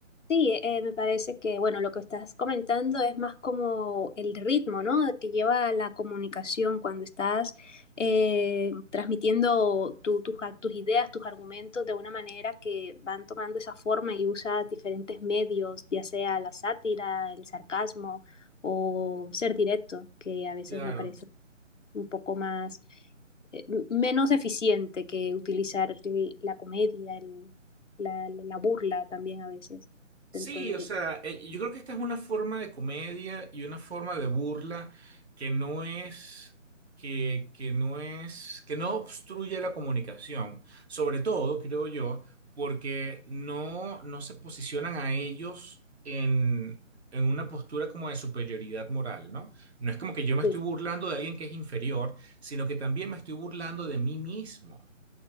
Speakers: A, on the left; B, on the right.
A: Sí, eh, eh, me parece que, bueno, lo que estás comentando es más como el ritmo, ¿no? Que lleva la comunicación cuando estás eh, transmitiendo tu- tus a- tus ideas, tus argumentos de una manera que van tomando esa forma y usas diferentes medios, ya sea la sátira, el sarcasmo o ser directo, que a veces
B: Claro.
A: me parece un poco más, eh, menos eficiente que utilizar eh, la comedia, el, la, la, burla también a veces
B: Sí,
A: dentro del...
B: o sea, eh, yo creo que esta es una forma de comedia y una forma de burla que no es, que, que no es, que no obstruye la comunicación. Sobre todo, creo yo, porque no, no se posicionan a ellos en, en una postura como de superioridad moral, ¿no? No es como que yo me
A: Sí.
B: estoy burlando de alguien que es inferior, sino que también me estoy burlando de mí mismo.